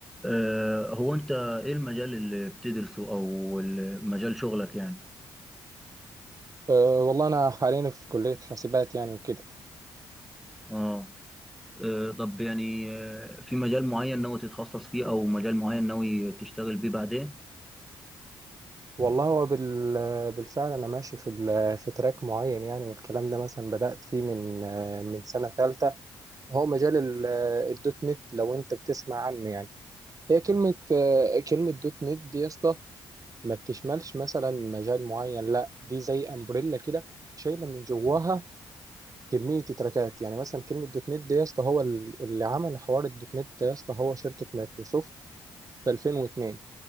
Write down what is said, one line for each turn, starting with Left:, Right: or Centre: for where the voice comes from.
Centre: آه، هو انت ايه المجال اللي بتدرسه او ال- مجال شغلك يعني
Right: أه والله أنا حاليا في كلية حاسبات يعني وكده
Centre: اه آه، طب يعني آه، في مجال معين ناوي تتخصص فيه او مجال معين ناوي تشتغل بيه بعدين
Right: والله هو بال- بالفعل أنا ماشي في ال- في تراك معين يعني والكلام ده مثلا بدأت فيه من آه، من سنة تالتة وهو مجال ال- آه، الدوت نت لو أنت بتسمع عنه يعني هي كلمة آه، كلمة دوت نت دي يا اسطى ما بتشملش مثلا مجال معين لا دي زي أمبريلا كده شايلة من جواها كمية تراكات يعني مثلا كلمة دوت نت دي يا اسطى هو ال- اللي عمل حوار الدوت نت ده يا اسطى هو شركة مايكروسوفت في 2002